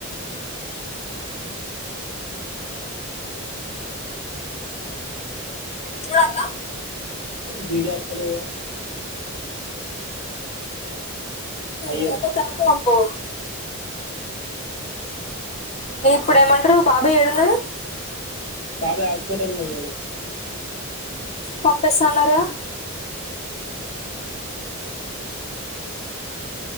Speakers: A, on the left; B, on the right.
A: చూడాలా
B: విడియా అతలేదు కదా అయ్యో
A: తమ తరద అంబు ఇప్పుడు ఏమంటారు బాబాయ్ ఏడున్నడు
B: బాబే హాస్పటల్ లో వున్నాడు
A: పంపిస్తాన్నారు గ
B: <unintelligible>